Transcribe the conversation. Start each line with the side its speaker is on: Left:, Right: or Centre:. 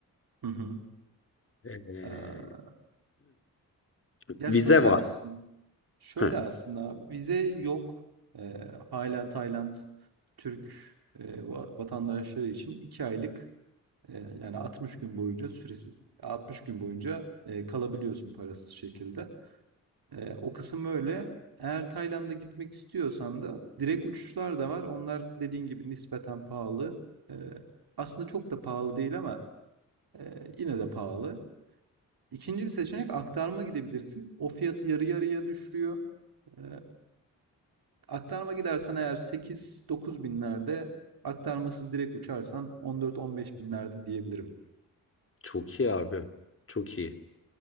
Right: hı hı.
Left: Ee,
Right: Ee, Ya
Left: <clears throat> vize
Right: şöyle
Left: var.
Right: aslında, şöyle
Left: Ha,
Right: aslında abi, vize yok. Ee, hala Tayland Türk e, va- vatandaşları için iki aylık E, yani 60 gün boyunca süresiz. 60 gün boyunca e, kalabiliyorsun parasız şekilde. E, o kısım öyle. Eğer Tayland'a gitmek istiyorsan da direkt uçuşlar da var. Onlar dediğin gibi nispeten pahalı. E, aslında çok da pahalı değil ama e, yine de pahalı. İkinci bir seçenek aktarma gidebilirsin. O fiyatı yarı yarıya düşürüyor. E, aktarma gidersen eğer 8-9 binlerde aktarmasız direkt uçarsan 14-15 binlerde diyebilirim.
Left: çok iyi abi. Çok iyi.